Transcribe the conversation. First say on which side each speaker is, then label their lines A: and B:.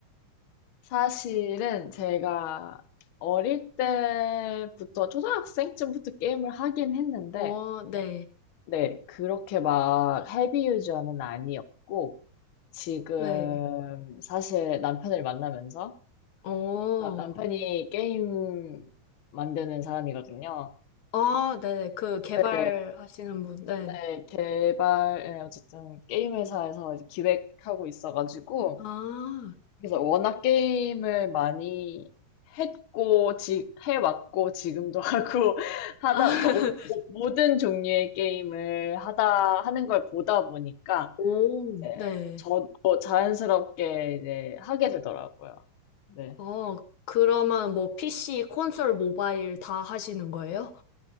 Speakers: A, on the left; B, on the left.
A: 사실은 제가 어릴 때부터, 초등학생쯤부터 게임을 하긴 했는데,
B: 어, 네.
A: 네, 그렇게 막 헤비 유저는 아니었고, 지금
B: 네.
A: 사실 남편을 만나면서,
B: 어.
A: 나- 남편이 게임 만드는 사람이거든요.
B: 아, 네네. 그 개발하시는
A: 네,
B: 분. 네.
A: 네, 개발, 네, 어쨌든 게임 회사에서 기획하고 있어가지고,
B: 아.
A: 그래서 워낙 게임을 많이 했고, 지, 해왔고, 지금도 <laughs> 하고, 하다,
B: <laughs>
A: 그러니까 오- 모- 모든 종류의 게임을 하다, 하는 걸 보다 보니까,
B: 오.
A: 이제
B: 네.
A: 저도 자연스럽게 이제 하게 되더라고요. 네.
B: 어, 그러면 뭐 PC, 콘솔, 모바일 다 하시는 거예요?